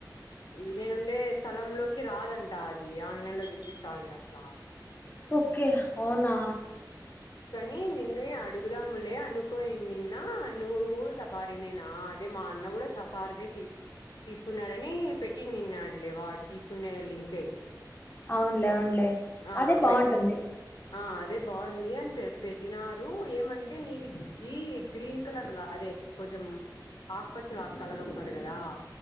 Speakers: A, on the left; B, on the left.
A: ఈ నేనుండే స్థల లోకి రాదంట అది ఆన్లైన్ లో చూపిస్తాండ అట్లా
B: ఓకే అవునా
A: నిన్ను అడుగుదాములే అనుకోయి నిన్న ఊరు సఫారినేనా అదే మా అన్న సఫారి దే జె తీసుకున్నాడని పెట్టిందిన్నాడలే వాడు తీసుకునే లింకే
B: అవునులే అవునులే
A: ఆ
B: అదే బాగుంటుంది
A: పెట్టి ఆ అదే బాగుంది అని పెట్టినారు ఏమంటే నీది గ గ్రీన్ కలర్లా అదే కొంచెం ఆకుపచ్చల ఆకు కలర్ వస్తది కదా